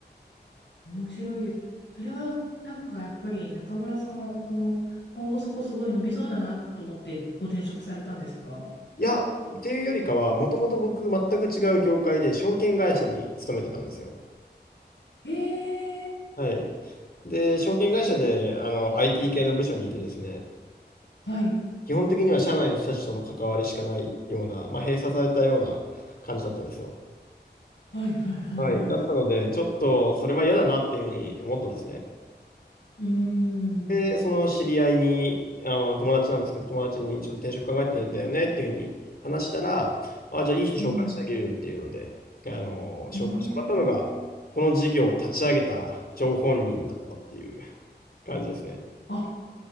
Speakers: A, on the left; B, on the left.
A: 面白いです。それはなんかやっぱり中村さんはこの、今後そこすごい伸びそうだなと思ってご転職されたんですか
B: いや、っていうよりかは、もともと僕、全く違う業界で、証券会社に勤めてたんですよ。
A: へえ。
B: はい。で、証券会社で、あの、IT 系の部署にいてですね、
A: はい。
B: 基本的には社内の人たちとの関わりしかないような、まあ、閉鎖されたような感じだったんですよ。
A: はいはいはいはい。
B: はい。だったので、ちょっとそれは嫌だなっていうふうに思ったんですね。
A: うーん。
B: で、その知り合いに、あの、友達なんですけど、友達にちょっと転職考えてるんだよねっていうふうに話したら、あ、じゃあいい人紹介してあげるよっていうので、
A: うん
B: あの、紹介してもらったのが、
A: へえ。
B: この事業を立ち上げた張本人だったっていう感じですね。
A: あ、